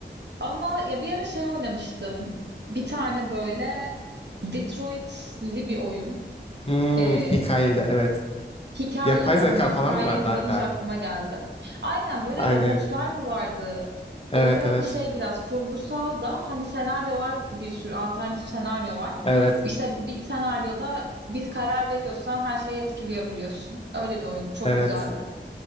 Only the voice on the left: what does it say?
Hmm,
hikayeli de evet.
Yapay
zeka
falan vardı hatta.
Aynı.
Evet
evet.
Evet
evet.